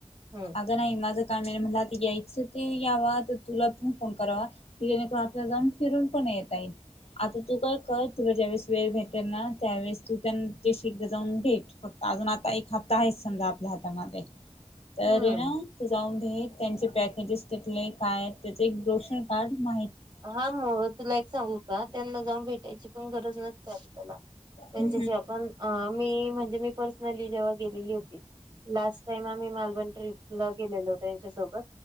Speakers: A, on the right; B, on the left.
A: हम्
B: अगं नाही माझं काम नाही म्हला आता यायचं ते याव तर तुला पण फोन करावा ति नक आपला जाऊन फिरून पण येता येईल आता तू काय क तुला ज्यावेेळेस वेळ भेट ना त्यावेळेस तू त्यां एकदा जाऊन भेट फक्त अजून आ एक ह आहे समजा आपल्या हातामध्ये तर
A: हम्म
B: ना तर जाऊन घ त्यांचे पॅकेजेस कथले काय आहेत त्याचे एक दोष काढ मा
A: हा मग तुला एक सांगू का त्यांना जाऊन भेटायची पण गरज नसते आपल्याला त्यांच्याशी
B: हम्म हम्म.
A: आपण मी म्हणजे मी पर्सनली जेव्हा गेलेली होती लास्ट टाइम आम्ही मालबर्न ट्रिपला गेलेल होत त्यांच्यासोबत